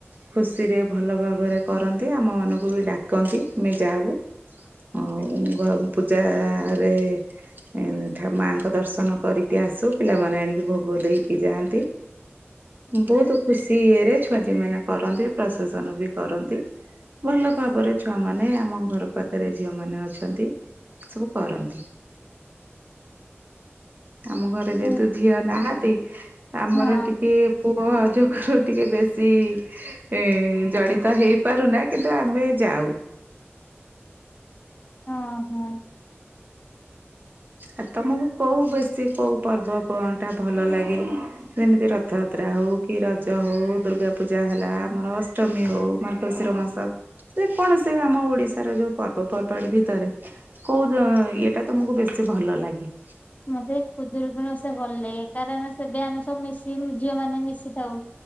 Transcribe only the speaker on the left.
ହଁ
ହଁ
ହଁ ହଁ!
ମତେ ଖୁଦୁରୁକୁଣୀ ଓଷା ଭଲ ଲାଗେ କାରଣ ସେବେ ଆମେ ସବୁ ମିଶି ଝିଅମାନେ ମିଶିଥାଉ।